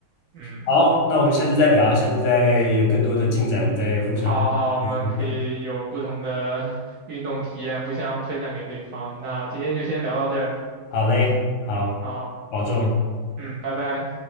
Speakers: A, on the right; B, on the left.
A: 嗯
B: 好，那我们下次再聊，下次再有更多的进展，我们再互相分享。
A: 好好，我们可以有不同的 <laughs> 运动体验，互相分享给对方。那今天就先聊到这儿，
B: 好嘞，好，
A: 好，
B: 保重。好
A: 嗯，拜拜。